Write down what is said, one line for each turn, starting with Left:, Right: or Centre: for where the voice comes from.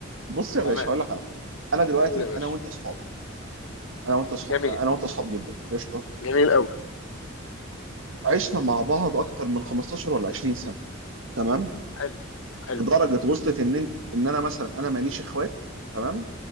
Right: بص يا
Left: تمام
Right: باشا هقول لك على حاجه انا دلوقتي
Left: قول يا باشا
Right: انا وانت اصحاب انا وانت اصحاب
Left: جميل
Right: انا وانت اصحاب جدا قشطه
Left: جميل قوي
Right: عشنا مع بعض اكتر من 15 ولا 20 سنه تمام
Left: حلو حلو
Right: لدرجه وصلت ان انت ان انا مثلا انا ماليش اخوات تمام